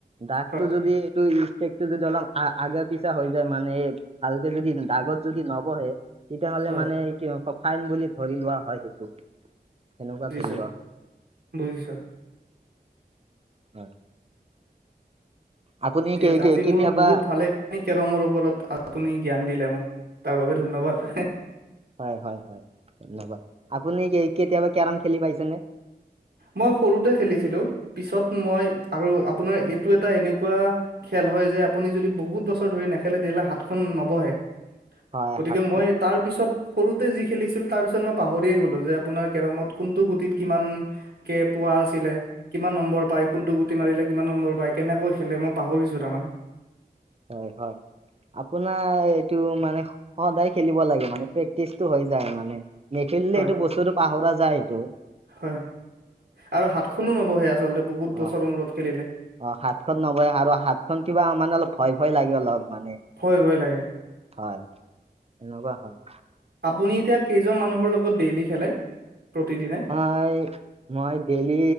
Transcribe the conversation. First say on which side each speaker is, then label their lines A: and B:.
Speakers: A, on the right; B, on the right.
A: দাগটো
B: হয়।
A: যদি এইটোষ্টেকটো যদি অলপ আগা পিছা হৈ যায় মানে। ভালকে যদি দাগত যদি নবহে। তেতিয়াহ'লে
B: হয়।
A: মানে কি ফাইন বুলি ধৰি লোৱা হয় সেইটো। সেনেকুৱা
B: যি
A: ধৰি
B: চ
A: লোৱা হয়
B: বুজিছোঁ।
A: হয় আপুনি
B: ঠিক
A: কে
B: আছে
A: কে
B: আজি
A: কেতিয়াবা
B: মোৰ বহুত ভালে কেৰমৰ ওপৰত আপুনি জ্ঞান দিলে মোক তাৰ বাবোবে ধন্যবাদ।
A: হয়, হয়, হয় ধন্যবাদ আপুনি কেতিয়াবা কেৰম খেলি পাইছেনে?
B: মই সৰুতে খেলিছিলো, পিছত মই আৰু আপোনাৰ এইটো এটা এনেকুৱা খেল হয় যে আপুনি যদি বহুত বছৰ ধৰি নেখেলে, তেতিয়াহ'লে হাতখন নবহে।
A: হয়
B: গতিকে
A: হাতখন
B: মই তাৰ পিছত সৰুতে যি খেলিছিল তাৰ পিছত মই পাহৰিয়ে গ'লো, যে আপোনাৰ কেৰমত কোনটো গুতিত কিমান কে পোৱা আছিলে কিমান নম্বৰ পায়, কোনটো গুটি মাৰিলে কিমান নম্বৰ পায়, কেনেকৈ খেলে, মই পাহৰিছো তাৰমানে।
A: হয়, হয়। আপোনাৰ এইটো মানে সদায় খেলিব লাগে, মানে প্ৰেক্টিচটো হৈ যায় মানে। নেখেলিলে
B: হয়
A: এইটো বস্তুটো পাহৰা যায় সিটো।
B: হয় আৰু হাতখনো নবহে আচলতে বহুত
A: অ
B: বছৰৰ মূৰত খেলিলে।
A: অ' হাত খন নবহে আৰু হাতখন কিবা মানে অলপ ভয় ভয় লাগে অলপ মানে।
B: ভয়, ভয় লাগে।
A: হয়, এনেকুৱা হয়।
B: আপুনি এতিয়া কেইজন মানুহৰ লগত ডেইলি খেলে প্ৰতিদিনে?
A: <unintelligible> মই ডেইলি